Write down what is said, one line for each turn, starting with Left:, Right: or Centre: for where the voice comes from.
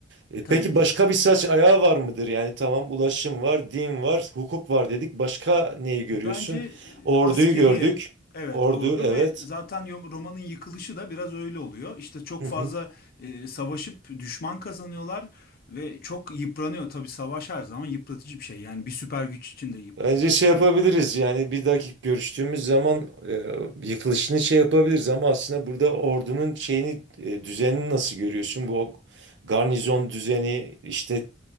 Right: E,
Left: tabii
Right: peki
Left: ki.
Right: başka bir saç ayağı var mıdır? Yani tamam ulaşım var, din var, hukuk var dedik. Başka neyi görüyorsun?
Left: Bence e,
Right: Orduyu
Left: askeriye
Right: gördük.
Left: evet
Right: Ordu
Left: ordu
Right: evet.
Left: ve zaten yo- romanın yıkılışı da biraz öyle oluyor. İşte çok
Right: Hı hı.
Left: fazla e, savaşıp düşman kazanıyorlar ve çok yıpranıyor. Tabii savaş her zaman yıpratıcı bir şey. Yani bir süper güç için de yıpratıcı
Right: Bence şey
Left: bir şey.
Right: yapabiliriz yani bir dakika görüştüğümüz zaman e, yıkılışını şey yapabiliriz ama aslında burada ordunun şeyini e, düzenini nasıl görüyorsun? Bu garnizon düzeni işte